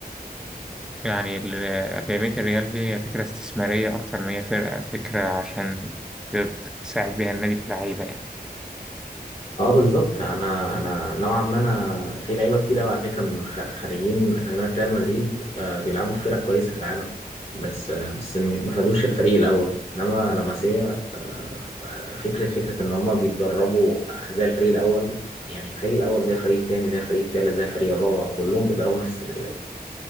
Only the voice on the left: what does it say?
اه بالظبط انا انا نوعا ما انا في لعيبه كتير قوي على فكره من خ- خريجين اكاديميه ريال مدريد آه بيلعبوا في فرق كويسه في العالم بس آه بس م- ما خدوش الفريق الاول انما لاماسيا آه فكره فكره ان هما بيتدربوا زي الفريق الاول يعني الفريق الاول زي الفريق التاني زي الفريق التالت زي الفريق الرابع كلهم بيدربوا نفس التدريبات